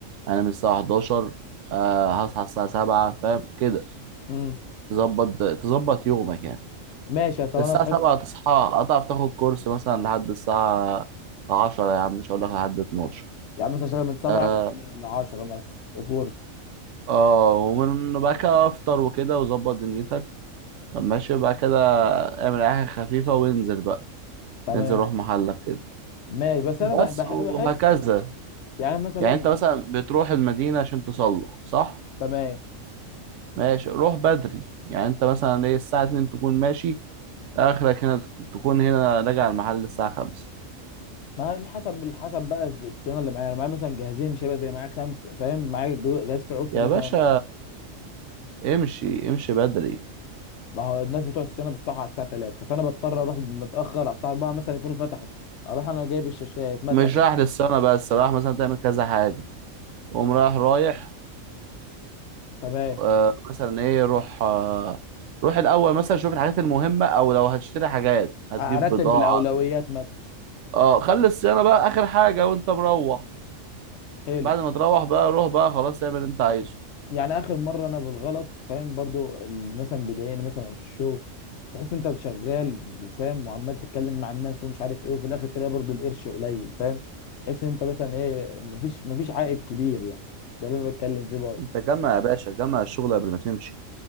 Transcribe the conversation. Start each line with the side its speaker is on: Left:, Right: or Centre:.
Right: انا من الساعه 11 آه، هصحى الساعه 7 فاهم كده
Left: امم
Right: تظبط تظبط يومك يعني
Left: ماشي طب
Right: الساعه
Left: انا صحيت
Right: 7 تصحى هتعرف تاخد كورس مثلا لحد الساعه 10 يا عم مش هقول لك لحد 12
Left: يعني مثلا اشتغل من سبعة
Right: اه
Left: ل- لعشرة مثلا الكورس
Right: آه، ومن بقى كده افطر وكده وظبط دنيتك ماشي بقى كده اعمل اي حاجه خفيفه وانزل بقى
Left: تمام
Right: انزل روح محلك كده
Left: ماشي بس
Right: بس
Left: انا بح- بح-
Right: وهكذا
Left: بحس يعني مثلا
Right: يعني انت مثلا بتروح المدينه عشان تصلح صح
Left: تمام
Right: ماشي روح بدري يعني انت مثلا ايه الساعة 2 تكون ماشي اخرك هنا تكون هنا راجع المحل الساعة 5
Left: ما هي حسب الحسب بقى الصيانه اللي معايا انا معايا مثلا جهازين مش هيبقى زي معايا خمسه فاهم معايا جو- جهاز فيه عطل
Right: يا
Left: مثلا
Right: باشا امشي امشي بدري
Left: ما هو الناس بتوع الصيانه بيفتحوا على الساعه 3 فانا بضطر اروح متاخر على الساعه 4 مثلا يكونوا فتحوا اروح انا جايب الشاشات مثلا
Right: مش
Left: الش-
Right: رايح للسما بس رايح مثلا تعمل كذا حاجة قوم رايح رايح
Left: تمام
Right: آه مثلا ايه روح آه روح الاول مثلا شوف الحاجات المهمة او لو هتشتري حاجات هتجيب
Left: ارتب
Right: بضاعة
Left: بالاولويات مثلا
Right: اه خلي الصيانة بقى اخر حاجة وانت مروح
Left: حلو
Right: بعد ما تروح بقى روح بقى خلاص اعمل اللي انت عايزه
Left: يعني اخر مره انا بالغلط فاهم برضو ال- مثلا بيضايقني مثلا في الشغل تحس انت شغال وفاهم وعمال تتكلم مع الناس ومش عارف ايه وفي الاخر تلاقي برضو القرش قليل فاهم تحس ان انت مثلا ايه مفيش مفيش عائد كبير يعني ده اللي انا بتكلم فيه برضو
Right: انت جمع يا باشا جمع الشغل قبل ما تمشي